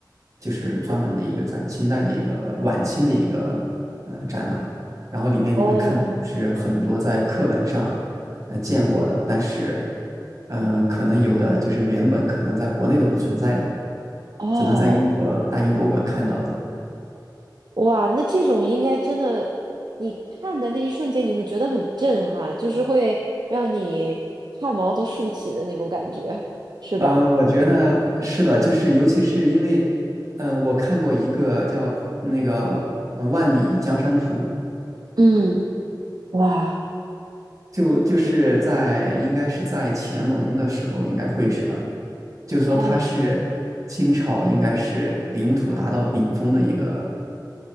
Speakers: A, on the right; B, on the right.
A: 就是专门的一个展，
B: 哦
A: 清代的一个晚清的一个嗯、呃展览，然后里面你会看到就是很多在课本上
B: 哦
A: 嗯、呃见过的，但是呃可能有的就是原本可能在国内都不存在的，
B: 哦，
A: 只能在英国大英博物馆看到的。
B: 哇，那这种应该真的，你看的那一瞬间你会觉得很震撼，就是会让你汗毛都竖起的那种感觉，是吧？
A: 嗯，呃我觉得是的，就是尤其是因为，嗯，我看过一个叫那个呃《万里江山图》，
B: 嗯，哇，
A: 就就是在应该是在乾隆的时候应该绘制的，就是说它是清朝应该是领土达到顶峰的一个
B: 哦